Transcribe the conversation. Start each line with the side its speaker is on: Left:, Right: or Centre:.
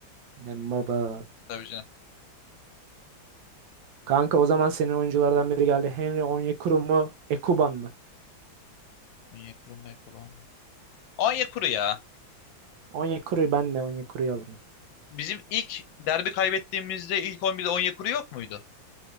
Right: Dembaba.
Left: Tabii canım.
Right: Kanka o zaman senin oyunculardan biri geldi. Henry Onyekuru mu? Ekuban mı?
Left: Onyekuru Mekuru ama. Onyekuru ya.
Right: Onyekuru'yu ben de Onyekuru'yu alırım.
Left: Bizim ilk derbi kaybettiğimizde ilk 11'de Onyekuru yok muydu?